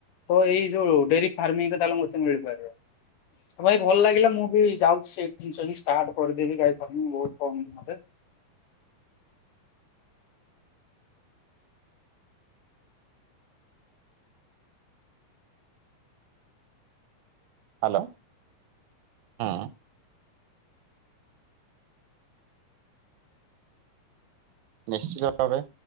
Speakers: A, on the left (about 70°); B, on the right (about 80°).
A: ତ ଏଇ ଯୋଉ ଡେରି ଫାର୍ମିଂରେ ତାହେଲେ <unintelligible> ମିଳିପାରିବ। ଆ ଭାଇ ଭଲ ଲାଗିଲା ମୁଁ ବି ଯାଉଛି ସେଇ ଜିନିଷ ହିଁ ଷ୍ଟାର୍ଟ କରିଦେବି ଗାଈ ଫାର୍ମିଙ୍ଗ ବହୁତ କମ୍ ଦିନରେ।
B: ହାଲୋ ହଁ। ନିଶ୍ଚିତ ଭାବେ।